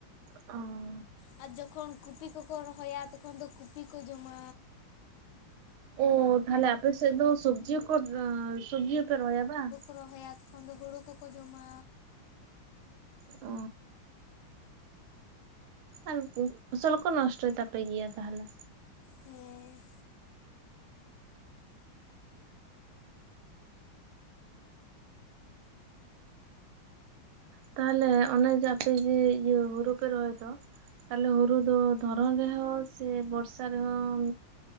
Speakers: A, on the right; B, on the left.
A: ᱚᱸ,
B: ᱟ ᱡᱚᱠᱷᱚᱱ ᱠᱩᱯᱤ ᱠᱚᱠᱚ ᱨᱚᱦᱚᱭᱟ, ᱛᱚᱠᱷᱚᱱ ᱫᱚ ᱠᱩᱯᱤ ᱠᱚ ᱡᱚᱢᱟ,
A: ᱳ ᱛᱟᱦᱞᱮ ᱟᱯᱮ ᱥᱮᱫ ᱫᱚ ᱥᱚᱵᱽᱡᱤ ᱦᱚᱠᱚ ᱜᱚᱸ ᱥᱚᱵᱡᱤ ᱦᱚᱯᱮ ᱨᱚᱦᱚᱭᱟ ᱵᱟᱝ,
B: ᱨᱚᱦᱚᱮᱫ <unintelligible> ᱮᱠᱷᱚᱱ ᱫᱚ ᱦᱳᱲᱳ ᱠᱚᱠᱚ ᱡᱚᱢᱟ,
A: ᱚᱻ ᱟᱨ ᱯᱷᱚᱥᱚᱞ ᱠᱚ ᱱᱚᱥᱴᱚᱭ ᱛᱟᱯᱮᱜ ᱜᱮᱭᱟ ᱛᱟᱦᱚᱞᱮ?
B: ᱦᱮᱸ
A: ᱛᱟᱦᱚᱞᱮ ᱚᱱᱮ ᱡᱮ ᱟᱯᱮ ᱡᱮ ᱤᱭᱟᱹ ᱦᱩᱲᱩ ᱯᱮ ᱨᱚᱦᱚᱭ ᱫᱚ ᱛᱟᱦᱚᱞᱮ ᱦᱩᱲᱩ ᱫᱚ ᱫᱷᱚᱨᱚᱱ ᱨᱮᱦᱚᱸ ᱥᱮ ᱵᱚᱨᱥᱟ ᱨᱮᱦᱚᱸ